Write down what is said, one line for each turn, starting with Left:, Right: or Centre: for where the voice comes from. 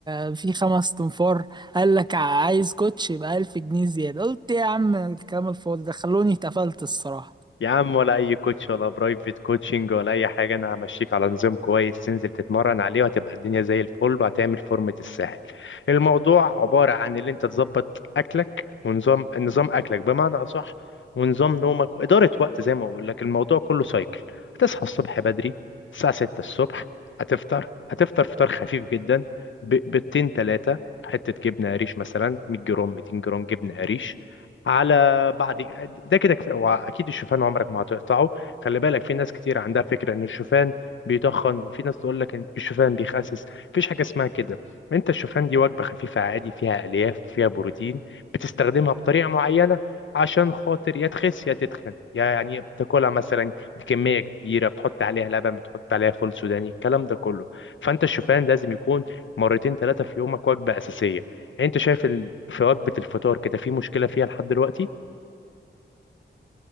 Right: آه، في خمس تنفار قال لك عايز كوتش يبقى 1000 جنيه زيادة قلت يا عم الكلام الفاضي ده خلوني اتقفلت الصراحة
Left: يا عم ولا اي كوتش ولا برايفت كوتشنج ولا اي حاجه انا همشيك على نظام كويس تنزل تتمرن عليه وهتبقى الدنيا زي الفل وهتعمل فورمه الساحل الموضوع عباره عن اللي انت تظبط اكلك ونظام نظام اكلك بمعنى اصح ونظام نومك واداره وقت زي ما اقول لك الموضوع كله سايكل هتصحى الصبح بدري الساعه 6 الصبح هتفطر هتفطر فطار خفيف جدا ب- بيضتين ثلاثه حته جبنه قريش مثلا 100 جرام 200 جرام جبنه قريش على بعد ده كده كفايه هو اكيد الشوفان عمرك ما هتقطعه خلي بالك في ناس كتير عندها فكره ان الشوفان بيتخن وفي ناس تقول لك ان الشوفان بيخسس مفيش حاجه اسمها كده انت الشوفان دي وجبه خفيفه عادي فيها الياف فيها بروتين بتستخدمها بطريقه معينه عشان خاطر يا تخس يا تتخن يعني بتاكلها مثلا بكميه كبيره بتحط عليها لبن بتحط عليها فول سوداني الكلام ده كله فانت الشوفان لازم يكون مرتين ثلاثه في يومك وجبه اساسيه انت شايف ال- في وجبة الفطار كده في مشكلة فيها لحد دلوقتي